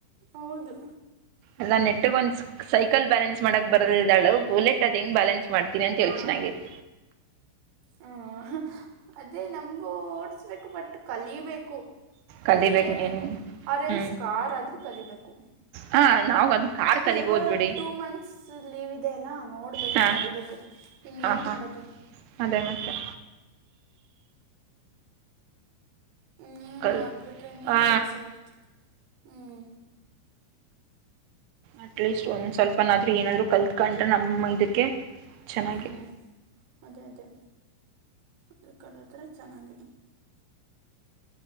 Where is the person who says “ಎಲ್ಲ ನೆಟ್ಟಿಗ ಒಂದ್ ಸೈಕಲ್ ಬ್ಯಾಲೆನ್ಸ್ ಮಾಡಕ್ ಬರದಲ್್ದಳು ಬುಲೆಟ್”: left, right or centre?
Right